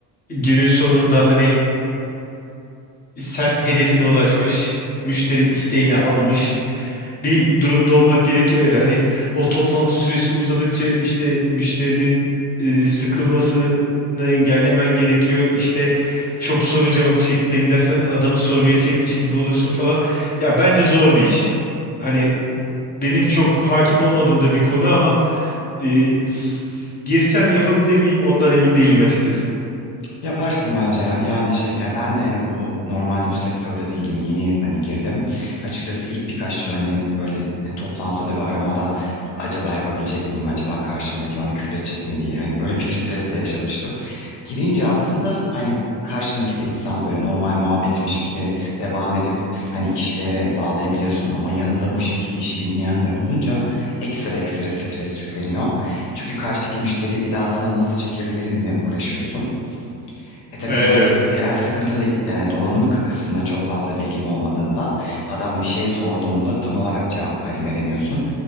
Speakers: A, on the left (about 20°); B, on the left (about 70°).
A: günün sonunda hani sen hedefine ulaşmış, müşteri isteğini almış bir durumda olmak gerekiyor ya. Hani o toplantı süresi uzadıkça işte müşterinin e, sıkılmasını engellemen gerekiyor. İşte çok soru cevap şeklinde gidersen adamı sorguya çekmiş gibi oluyorsun falan. Ya bence zor bir iş. Hani benim çok hakim olmadığım da bir konu ama e, s- girsem yapabilir miyim ondan emin değilim açıkçası.
B: Yaparsın bence ya. Yani şey ya ben de yani bu normalde bu sektörde değilim. Yeni hani girdim. Açıkçası ilk birkaç hani böyle e, toplantıda ve aramada acaba yapabilecek miyim? Acaba karşımdaki bana küfür edecek mi diye hani böyle <laughs> bir stres de yaşamıştım. Girince aslında hani karşımdaki de insan böyle normal muhabbetmiş gibi devam edip hani işlere bağlayabiliyorsun ama yanında bu şekilde işi bilmeyenler olunca ekstra ekstra stres yükleniyor. Çünkü karşıdaki müşteriyi bir daha sana nasıl çekebilirim ne uğraşıyorsun. E tabii
A: Evet.
B: diğer diğer sıkıntı da yani donanım kı- kısmına çok fazla bilgim olmadığından adam bir şey sorduğunda tam olarak cevap hani veremiyorsun.